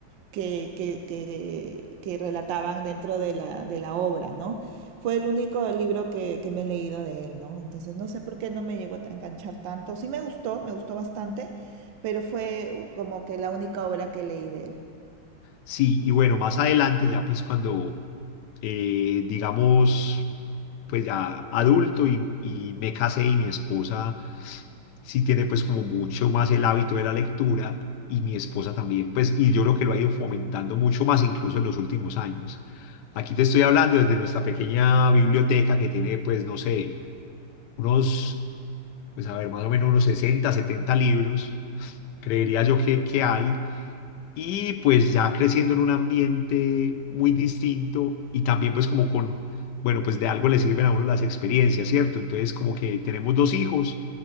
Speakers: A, on the right; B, on the left.
A: que, que, que, que relataban dentro de la, de la obra, ¿no? Fue el único libro que, que me he leído de él, ¿no? Entonces no sé por qué no me llegó a enganchar tanto. Sí me gustó, me gustó bastante, pero fue como que la única obra que leí de él.
B: Sí, y bueno, más adelante ya pues cuando, eh, digamos, pues ya adulto y, y me casé y mi esposa sí tiene pues como mucho más el hábito de la lectura y mi esposa también, pues, y yo creo que lo ha ido fomentando mucho más incluso en los últimos años. Aquí te estoy hablando desde nuestra pequeña biblioteca que tiene pues, no sé, unos pues a ver, más o menos unos 60 70 libros, creería yo que, que hay, y pues ya creciendo en un ambiente muy distinto y también pues como con, bueno, pues de algo le sirven a uno las experiencias, ¿cierto? Entonces como que tenemos dos hijos